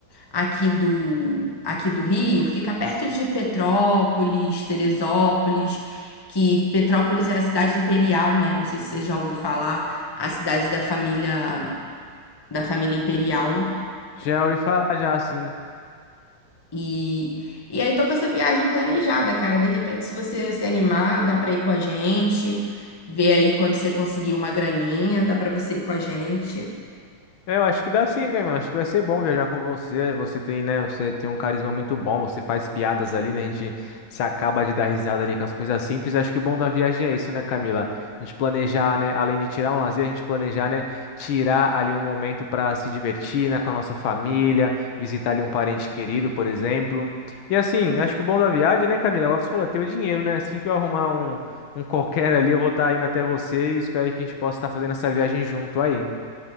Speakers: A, on the left (about 15°); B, on the left (about 80°).
A: aqui do, aqui do Rio fica perto de Petrópolis, Teresópolis, que Petrópolis é a cidade imperial, né? Não sei se você já ouviu falar, a cidade da família da família imperial.
B: Já ouvi falar já assim.
A: E, e aí tô com essa viagem planejada, cara. De repente, se você se animar, dá pra ir com a gente. Ver aí quando você conseguir uma graninha, dá pra você ir com a gente.
B: É, Eu acho que dá sim, Gaiman. Acho que vai ser bom viajar com você. Você tem, né? Você tem um carisma muito bom. Você faz piadas ali, né? A gente se acaba de dar risada ali com as coisas simples. Acho que o bom da viagem é isso, né, Camila? A gente planejar, né? Além de tirar um lazer, a gente planejar, né? Tirar ali um momento para se divertir, né? Com a nossa família, visitar ali um parente querido, por exemplo. E assim, acho que o bom da viagem, né, Camila? Agora você falou, é ter o dinheiro, né? Assim que eu arrumar um, um qualquer ali, eu vou estar indo até você e espero que a gente possa estar fazendo essa viagem junto aí.